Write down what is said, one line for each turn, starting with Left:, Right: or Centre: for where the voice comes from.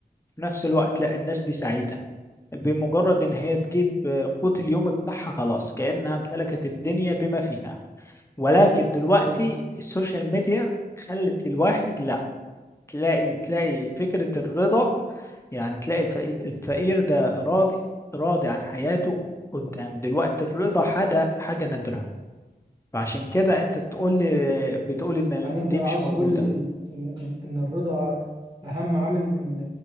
Left: في نفس الوقت لا الناس دي سعيدة بمجرد ان هي تجيب قوت اليوم بتاعها خلاص كأنها امتلكت الدنيا بما فيها ولكن دلوقتي
Right: آه.
Left: السوشيال ميديا خلت الواحد لا تلاقي تلاقي فكرة الرضا يعني تلاقي الفقير, الفقير ده راضي راضي عن حياته قدام دلوقتي الرضا حاجة حاجة نادرة فعشان كده انت بتقول لي بتقول ان ال-
Right: يعني انت
Left: دي
Right: عاوز
Left: مش موجودة
Right: تقول لي ان ان ان إن الرضا اهم عامل من